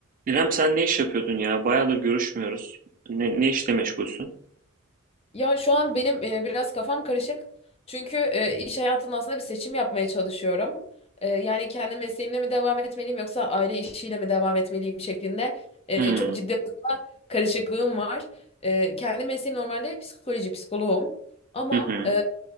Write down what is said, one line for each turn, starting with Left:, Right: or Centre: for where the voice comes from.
Right: İrem sen ne iş yapıyordun ya? Bayağıdır görüşmüyoruz. Ne, ne işle meşgulsün?
Left: Ya şu an benim e, biraz kafam karışık. Çünkü e, iş hayatında aslında bir seçim yapmaya çalışıyorum. E, yani kendi mesleğimle mi devam etmeliyim yoksa aile işiyle mi devam etmeliyim şeklinde e,
Right: Hmm,
Left: çok ciddi anlamda karışıklığım var. E, kendi mesleğim normalde psikoloji, psikoloğum. Ama
Right: Hı hı.
Left: e,